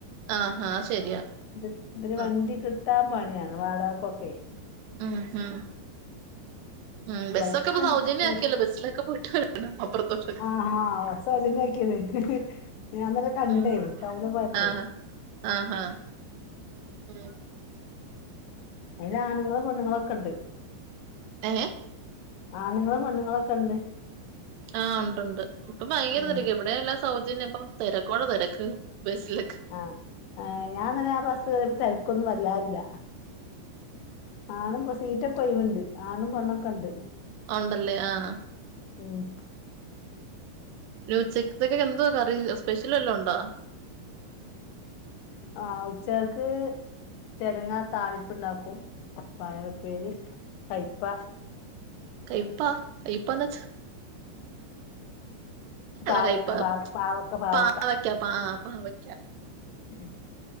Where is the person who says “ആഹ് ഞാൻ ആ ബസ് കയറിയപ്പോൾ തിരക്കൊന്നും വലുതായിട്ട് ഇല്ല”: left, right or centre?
Left